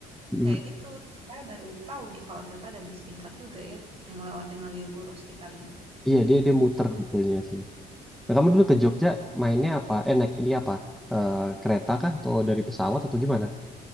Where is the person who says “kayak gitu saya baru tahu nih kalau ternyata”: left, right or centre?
Right